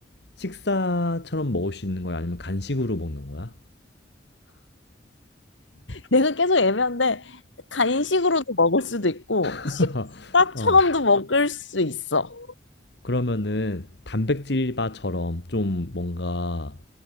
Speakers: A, on the left (about 60°); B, on the left (about 85°).
A: 식사처럼 먹을 수 있는 거야? 아니면 간식으로 먹는 거야?
B: 내가 계속 애매한데, 간식으로도 먹을 수도 있고,
A: <laughs>
B: 식사처럼도
A: 어,
B: 먹을 수 있어.
A: 그러면은 단백질바처럼 좀 뭔가